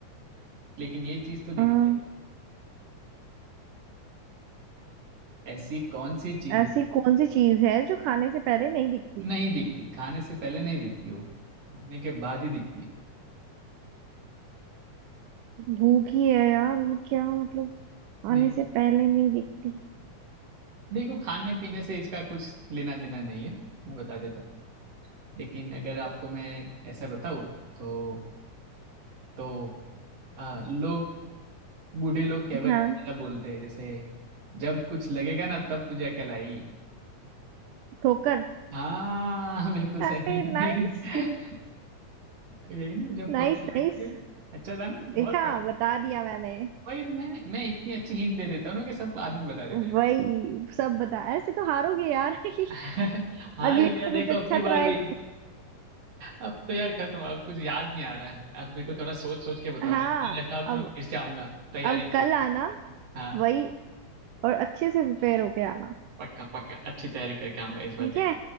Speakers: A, on the right; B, on the right.
A: लेकिन ये चीज तो दिखती
B: हाँ,
A: है ऐसी कौन सी चीज
B: ऐसी कौन सी चीज है जो खाने से पहले नहीं दिखती
A: नहीं दिखती खाने से पहले नहीं दिखती वो खाने के बाद ही दिखती
B: भूख ही है यार वो क्या मतलब
A: नहीं
B: आने से पहले नहीं दिखती
A: देखो खाने पीने से इसका कुछ लेना देना नहीं है मैं बता देता हूँ लेकिन अगर आपको मैं ऐसा बताऊँ तो तो आ, लोग बूढ़े लोग कहावत
B: हाँ
A: में ज्यादा बोलते हैं जैसे जब कुछ लगेगा ना तब तुझे अकल आएगी
B: ठोकर
A: हाँ बिल्कुल सही
B: Nice
A: <laughs> यही ना जब
B: nice
A: ठोकर लगती
B: नाइस
A: है अच्छा था ना
B: देखा
A: बहुत बढ़िया
B: बता दिया मैंने
A: वही तो मैं मैं इतनी अच्छी हिंट दे देता हूँ ना कि सब आदमी बता देते हैं
B: वही सब बता ऐसे तो हारोगे यार <laughs>
A: <laughs> हाँ रही है <laughs> हार
B: अगली
A: गया
B: बार
A: देखो
B: कुछ अच्छा
A: अब की
B: ट्राई
A: बार भी अब तो यार खत्म अब कुछ याद नहीं आ रहा है अब मेरे को थोड़ा सोच सोच के बताऊंगा
B: कर हाँ
A: फिर ऐसा हो तो
B: अब
A: मैं फिर से आऊंगा तैयारी
B: अब
A: करके
B: कल आना
A: हाँ
B: वही और अच्छे से प्रिपेयर होके आना
A: पक्का पक्का अच्छी तैयारी करके आऊंगा इस
B: ठीक
A: बार देख
B: है